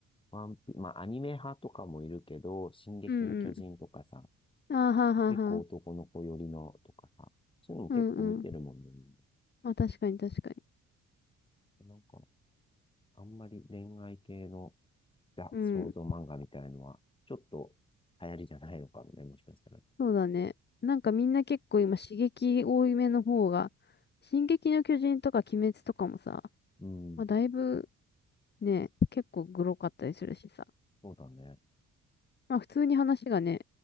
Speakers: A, on the left (about 15°); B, on the left (about 35°).
A: ワンピ、まあアニメ派とかもいるけど、進撃の巨人とかさ、
B: うんうん。あーはんはんはん。
A: 結構男の子寄りのとかさ、そういうのも結構見てるもんね、
B: うんうん。
A: みん
B: まあ確かに確かに。
A: な。なんか、あんまり恋愛系のいや、
B: うん。
A: 想像漫画みたいのは、ちょっと流行りじゃないのかもね、もしかしたら。
B: そうだね。なんかみんな結構今刺激多いめの方が、進撃の巨人とか鬼滅とかもさ、
A: うん、
B: まあだいぶね、結構グロかったりするしさ。
A: そうだね。
B: まあ普通に話がね、